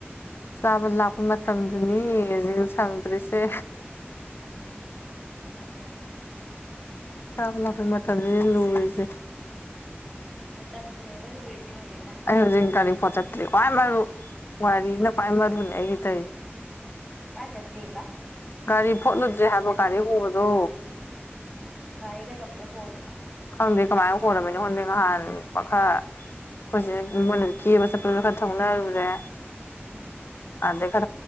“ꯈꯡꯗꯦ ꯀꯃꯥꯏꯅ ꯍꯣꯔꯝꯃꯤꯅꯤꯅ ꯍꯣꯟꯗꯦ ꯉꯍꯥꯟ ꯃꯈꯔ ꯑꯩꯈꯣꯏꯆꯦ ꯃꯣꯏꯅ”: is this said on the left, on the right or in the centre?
Left